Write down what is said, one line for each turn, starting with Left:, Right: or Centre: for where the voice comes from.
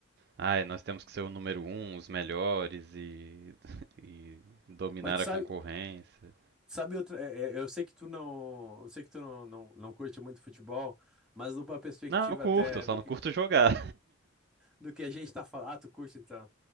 Right: ai nós temos que ser o número um, os melhores e, <laughs> e dominar
Centre: Mas tu sabe,
Right: a concorrência.
Centre: Sabe outra, é, é, eu sei que tu não, eu sei que tu não, não, não curte muito futebol, mas numa perspectiva
Right: Não, eu curto,
Centre: até
Right: eu só
Centre: do que,
Right: não curto jogar.
Centre: do que a gente tá falando, ah, tu curte então.